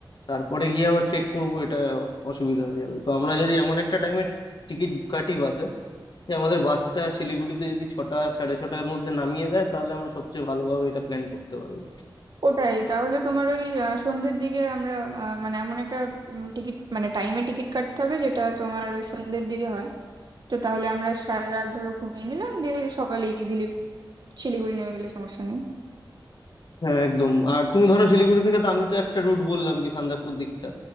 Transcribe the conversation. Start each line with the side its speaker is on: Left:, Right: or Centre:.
Left: তারপরে গিয়ে আবার চেক করব এটা অসুবিধা হয়ে যাবে তো আমরা যদি এমন একটা টাইমে টিকিট কাটি বাসের যে আমাদের বাসটা শিলিগুড়িতে যদি ছটা সাড়ে ছটার মধ্যে নামিয়ে দেয় তাহলে আমরা সবচেয়ে ভালোভাবে এটা প্ল্যান করতে পারবো
Right: ওটাই তাহলে তোমার ওই আহ, সন্ধ্যের দিকে আমরা আহ, মানে এমন একটা টিকিট মানে টাইমে টিকিট কাটতে হবে যেটা তোমার ওই সন্ধ্যের দিকে হয় তো তাহলে আমরা সারা রাত ধরো ঘুমিয়ে নিলাম দিয়ে সকালে ইজিলি শিলিগুড়ি নেমে গেলে সমস্যা নেই
Left: হ্যাঁ একদম আর তুমি ধরো শিলিগুড়ি থেকে তো আমি তো একটা রুট বললাম কি সান্দাকফু দিকটা